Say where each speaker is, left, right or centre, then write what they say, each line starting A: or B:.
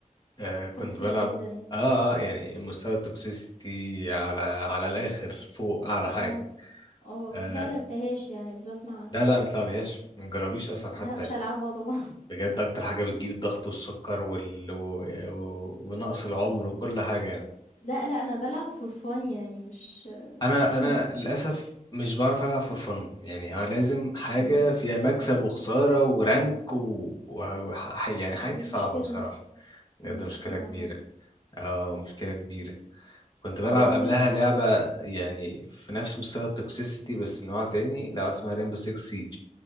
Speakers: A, on the left; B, on the left.
A: آه، كنت
B: toxic
A: بلعب
B: جدًا يعني،
A: اه اه يعني مستوى التوكسيستي على على الاخر فوق اعلى
B: آه،
A: حاجه
B: آه،
A: آه
B: بس أنا ما لعبتهاش يعني بس باسمع عنها،
A: لا لا ما تلعبهاش ما تجربيش اصلا حتى
B: لأ مش هالعبها طبعًا،
A: بجد
B: <laughs>
A: اكتر حاجه بتجيب
B: إمم،
A: الضغط والسكر وال... و... و... ونقص العمر وكل حاجه
B: لأ، لأ أنا بالعب for fun يعني مش
A: انا
B: مش كده،
A: انا للاسف مش بعرف العب فور فن يعني هو لازم حاجه
B: إمم.
A: فيها مكسب وخساره ورانك و... و... وح... يعني حياتي
B: دي
A: صعبه
B: مشكلة،
A: بصراحه بجد
B: دي
A: مشكله
B: مشكلة
A: كبيره
B: عامةً،
A: اه مشكله كبيره كنت بلعب
B: طب إيه
A: قبلها
B: غيرها؟
A: لعبه يعني في نفس مستوى التوكسيسيتي بس نوع تاني لعبه اسمها ريمبو 6 سيج